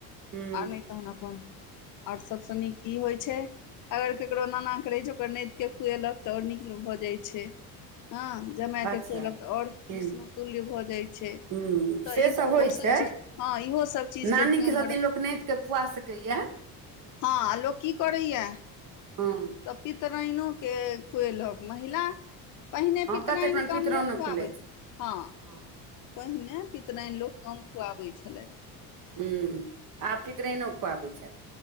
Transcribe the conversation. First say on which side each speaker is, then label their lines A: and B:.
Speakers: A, on the right; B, on the left.
A: हू
B: आर नहि तहन अपन, आर सभस नीक की होइ छै अगर ककरो नानाके रहै छै, ओकर नतिके खुएलक, तऽ और नीक भऽ जाइ छै हँ। जमे
A: अच्छा
B: के खुएलक तऽ और
A: हू
B: विष्णुतुल्य भ जाइ छै।
A: हू
B: तऽ
A: से
B: ई
A: सभ होइ
B: ओसभ
A: छै
B: चीज, हँ इहो सभ चीज
A: नानी
B: के ध्यान
A: सती
B: में रख
A: लोक नाइत के खुआ सकये।
B: हँ, आ लोक की करये
A: हँ
B: त पितर राइनोके खुएलक महिला पहिने
A: हँ
B: पितराइनक
A: कते ठमन पितरानो
B: कम लोक खुआबै,
A: खुलै छै
B: हँऽ।
A: हँ
B: पहिने पितराइन लोक कम खुआबै छलथि।
A: हुं, आब पितिराइन खुआबय छथि।